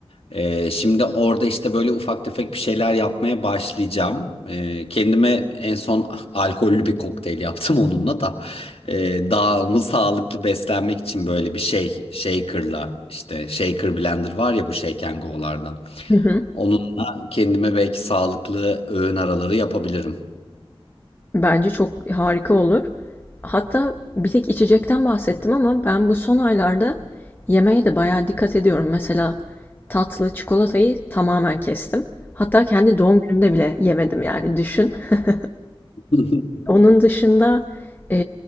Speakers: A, on the left (about 80°); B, on the left (about 20°).
A: E, şimdi orada işte böyle ufak tefek bir şeyler yapmaya başlayacağım. E, kendime en son alkollü bir kokteyl yaptım <laughs> onunla da. E, daha onu sağlıklı beslenmek için böyle bir şey. Shaker'la işte shaker blender var ya bu Shake and Go'lardan.
B: Hı hı.
A: Onunla kendime belki sağlıklı öğün araları yapabilirim.
B: Bence çok harika olur. Hatta bir tek içecekten bahsettim ama ben bu son aylarda yemeğe de bayağı dikkat ediyorum. Mesela tatlı çikolatayı tamamen kestim. Hatta kendi doğum günümde bile yemedim yani düşün. <laughs>
A: <laughs>
B: Onun dışında e,